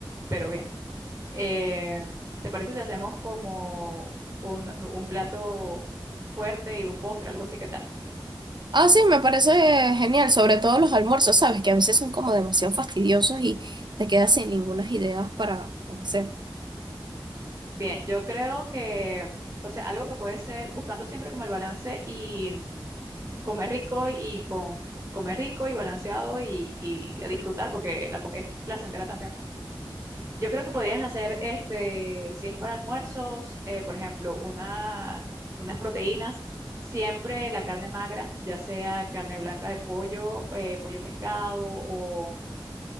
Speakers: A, on the right; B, on the right.
A: Pero bien, eh, ¿te parece si hacemos como un, un plato fuerte y un postre, algo así? ¿Qué tal?
B: Ah, sí, me parece genial, sobre todo los almuerzos, ¿sabes? Que a veces son como demasiado fastidiosos y te quedas sin ninguna idea para, para hacer.
A: Bien, yo creo que, o sea, algo que puede ser buscando siempre como el balance y mm, comer rico y con comer rico y balanceado y, y a disfrutar porque la comida es placentera también. Yo creo que podrías hacer, este, si es para almuerzos, eh, por ejemplo, una, unas proteínas, siempre la carne magra, ya sea carne blanca de pollo, eh, pollo pescado o